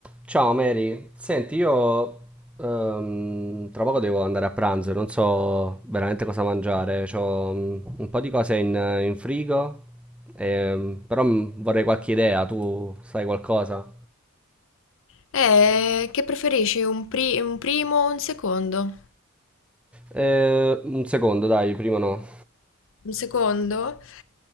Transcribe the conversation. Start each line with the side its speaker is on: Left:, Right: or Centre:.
Centre: Ciao Mary, senti, io ehm, tra poco devo andare a pranzo, e non so veramente cosa mangiare, ho un po' di cose in, in frigo, ehm, però mm, vorrei qualche idea, tu sai qualcosa?
Left: Eh, che preferisci, un, pri- un primo o un secondo?
Centre: Eh, un secondo, dai, prima no.
Left: Un secondo?